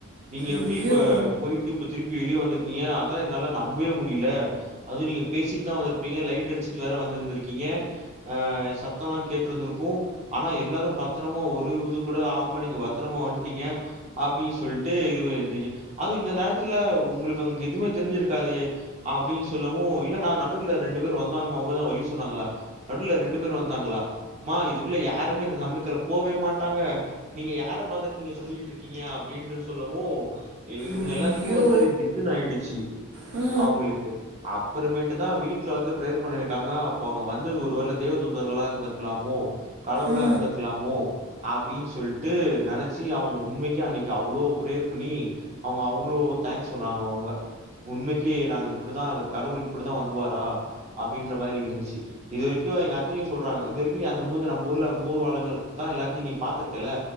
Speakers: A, on the right; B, on the right.
A: நீங்க எப்டி
B: ஐயோ
A: இப்ப போயி ட்டு இப்ப திருப்பி வெளிய வந்திருக்கீங்க அத என்னால நம்பவே முடில அதும் நீங்க பேசிட்டு தான் வந்திருப்பீங்க லைட் அடிச்சுட்டு வேற வந்திருக்கீங்க ஆ சத்தோலாம் கேட்ருந்திருக்கும் என ஆனா எல்லாரும் பத்தரமா ஒரு இது கூட ஆகாம நீங்க பத்திரமா வந்துட்டீங்க அப்டி சொல்ட்டு இதுவே எந்திருக்க அது இந்த நேரத்துல உங்களுக்கு அங்க எதுமே தெரிஞ்சிருக்காதே அப்டின்னு சொல்லவு இல்ல நா நடுல்ல ரெண்டு பேரு வந்தாங்க அவுங்கதான் வழி சொன்னாங்க நடுல்ல ரெண்டு பேர் வந்தாங்களா மா இதுக்குள்ள யாருமே இந்த சமயத்துல போவே மாட்டாங்க நீங்க யார பாத்துட்டு நீங்க சொல்லிட்டு இருக்கீங்க அப்டின்ட்டு சொல்லவும் இவுங்க
B: ஐயோ
A: எல்லாத்துக்குமே ஒரு மாரி திக்குனு ஆயிடுச்சு
B: ஆ
A: அவுங்ளுக்கு அப்றமேட்டு அப்ப தான் வீட்ல வந்து பிரேயர் பண்ணிருக்காங்க அப்போ அங்க வந்தது ஒரு வேல தேவ தூதர்களாக இருந்திருக்கலாமோ கடவுளா
B: ஆ
A: இருந்துருக்கலாமோ அப்டின்னு சொல்ட்டு நெனச்சு அவுங்க உண்மைக்கும் அன்னைக்கு அவ்ளோ பிரேயர் பண்ணி அவுங்க அவ்ளோ தேங்க்ஸ் சொல்னாங்க அவுங்க உண்மைக்கே நாங்க இப்டிதா கடவுள் இப்டிதா வந்துவாரா அப்டின்ற மாரி இருந்துச்சு இது வரைக்கும் எங்க அத்தையும் சொல்றாங்க இது வரைக்கும் நீ அந்த மூஞ்ச நம்ம ஊர்ல நம்மூராளுங்கள் தான் எல்லாத்தியும் நீ பாத்துருக்கல்ல